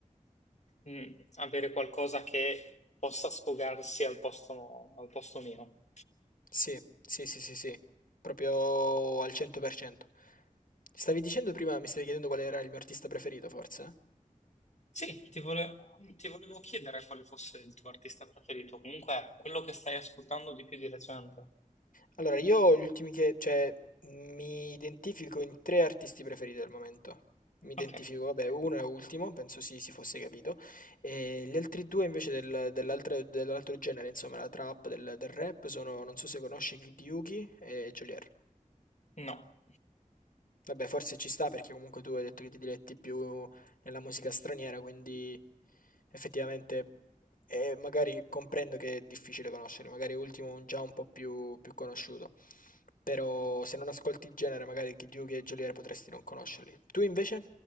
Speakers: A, on the left; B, on the left.
A: mm, avere qualcosa che possa sfogarsi al posto, al posto mio.
B: Sì, sì, sì, sì, sì, proprio al 100%. Stavi dicendo prima, mi stavi chiedendo qual era il mio artista preferito, forse?
A: Sì, ti vole- ti volevo chiedere quale fosse il tuo artista preferito, comunque quello che stai ascoltando di più di recente.
B: Allora, io gli ultimi che, cioè, mi identifico in tre artisti preferiti al momento. Mi identifico,
A: Ok,
B: vabbè, uno è ultimo, penso si si fosse capito, e gli altri due invece del- dell'altro dell'altro genere, insomma, la trap, del, del rap, sono, non so se conosci Kid Yuki e Geolier.
A: no.
B: Vabbè, forse ci sta perché comunque tu hai detto che ti diletti più nella musica straniera, quindi effettivamente eh, magari comprendo che è difficile conoscere, magari Ultimo è un- già un po' più, più conosciuto, però se non ascolti il genere magari Kid Yugi e Geolier potresti non conoscerli. Tu invece?